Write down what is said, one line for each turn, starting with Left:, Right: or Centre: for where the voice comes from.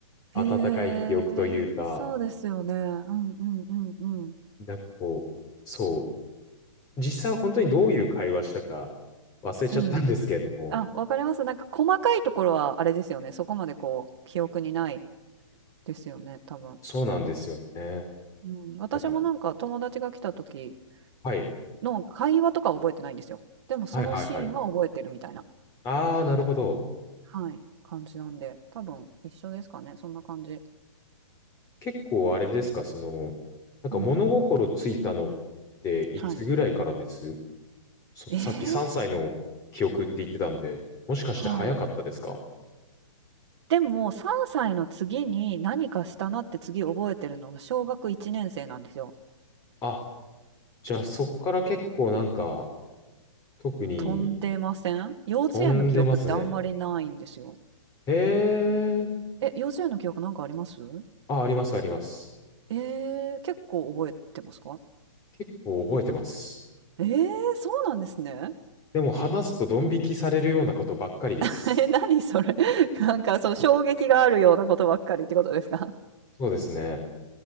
Left: 温かい記憶というか、
Right: へえ、そうですよね。うんうんうんうん。
Left: なんかこう、そう、実際本当にどういう会話したか忘れちゃったんですけれども、
Right: うん。あ、わかります。なんか細かいところはあれですよね、そこまでこう記憶にないですよね、多分。
Left: そうなんですよね。
Right: うん、私もなんか友達が来た時
Left: だから、はい、
Right: の会話とかは覚えてないんですよ。でもそのシーンは覚えてるみたいな。
Left: はいはいはい。ああ、なるほど。
Right: はい、感じなんで、多分一緒ですかね、そんな感じ。
Left: 結構あれですか、その、なんか物心ついたのっていつぐらいからです
Right: うん。はい。
Left: そのさっき3歳の記憶って言ってたんで、
Right: ええ！
Left: もしかして早かったですか
Right: はい。でも、3歳の次に何かしたなって次覚えてるのが小学1年生なんですよ。
Left: あ、じゃあそっから結構なんか、特に
Right: 飛んでません？幼稚園の記憶ってあんまりないんですよ。
Left: 飛んでますね。へえ、
Right: え、幼稚園の記憶なんかあります？
Left: あ、ありますあります。
Right: えー結構覚えてますか？
Left: 結構覚えてます。
Right: えーそうなんですね。
Left: でも話すとドン引きされるようなことばっかりです。
Right: <laughs> え、何それ。<laughs> なんかそう、衝撃があるようなことばっかりってことですか？
Left: そうですね。